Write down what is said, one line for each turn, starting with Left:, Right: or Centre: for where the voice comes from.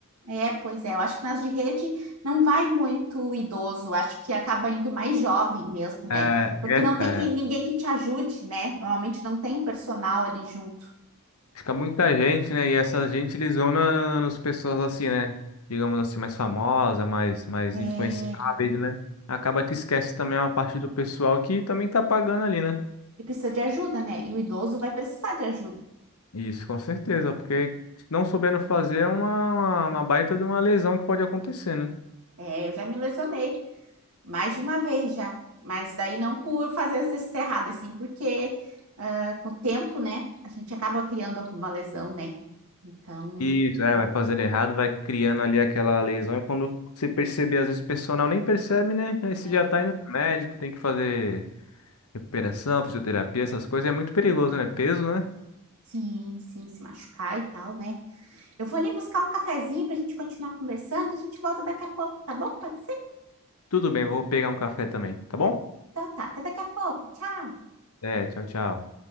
Right: É, pois é, eu acho que nas de rede não vai muito idoso, acho que acaba indo mais jovem mesmo, né?
Left: É,
Right: Porque
Left: e é,
Right: não tem
Left: é,
Right: que, ninguém que te ajude, né? Normalmente não tem um personal ali junto.
Left: fica muita gente, né? E essa gente eles vão na, na- nas pessoas assim, né? Digamos assim, mais famosa, mais, mais
Right: É,
Left: influenciáveis, né? Acaba que esquece também uma parte do pessoal que também tá pagando ali, né?
Right: e precisa de ajuda, né? E o idoso vai precisar de ajuda.
Left: Isso, com certeza, porque não soubendo fazer é uma, uma, uma baita de uma lesão que pode acontecer, né?
Right: É, eu já me lesionei mais de uma vez já, mas daí não por fazer exercício errado, assim, porque ah, com o tempo, né, a gente acaba criando alguma lesão, né? Então,
Left: Isso, é, vai fazendo errado, vai criando ali aquela lesão, e quando você perceber, às vezes o pessoal nem percebe, né? Aí você
Right: é,
Left: já tá indo no médico, tem que fazer Recuperação, fisioterapia, essas coisas é muito perigoso, né? Peso, né?
Right: sim, sim, se machucar e tal, né? Eu vou ali buscar um cafezinho pra gente continuar conversando, a gente volta daqui a pouco, tá bom? Pode ser?
Left: Tudo bem, vou pegar um café também, tá bom?
Right: Então tá, até daqui a pouco, tchau!
Left: É, tchau, tchau.